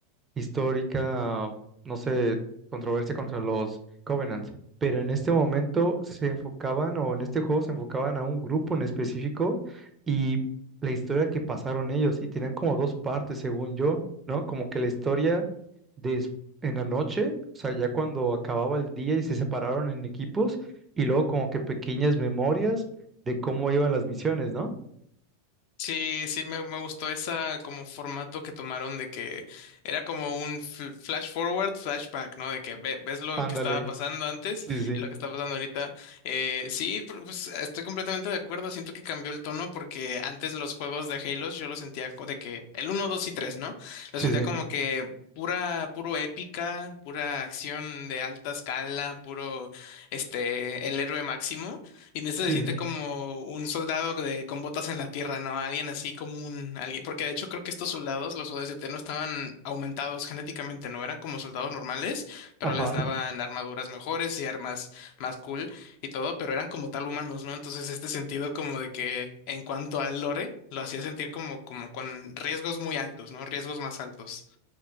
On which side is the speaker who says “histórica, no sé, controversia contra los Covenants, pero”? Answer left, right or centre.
Right